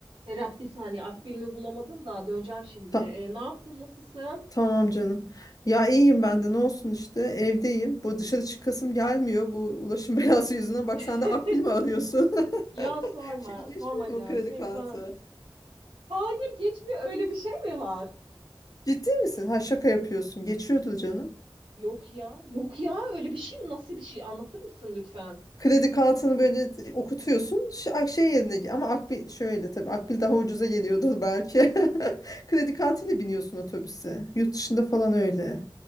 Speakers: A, on the right; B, on the left.
A: Serap bir saniye Akbil'imi bulamadım da döneceğim şimdi.
B: Ta-
A: E, ne yaptın nasılsın?
B: tamam canım. Ya iyiyim ben de ne olsun işte evdeyim. Bu dışarı çıkasım gelmiyor bu ulaşım <laughs> belası yüzünden. Bak
A: <laughs>
B: sen de Akbil mi arıyorsun?
A: Ya
B: <laughs>
A: sorma
B: Şey geçmiyor
A: sorma gerçekten.
B: mu kredi kartı?
A: Hayır geçmiyor öyle bir şey mi var?
B: Ciddi misin? Ha şaka yapıyorsun. Geçiyordur canım.
A: Yok ya yok ya öyle bir şey mi nasıl bir şey anlatır mısın lütfen?
B: Kredi kartını böyle okutuyorsun. Şey, şey yerine ama Akbil şöyle tabii Akbil daha ucuza geliyordur belki. <laughs> Kredi kartıyla biniyorsun otobüse. Yurt dışında falan öyle.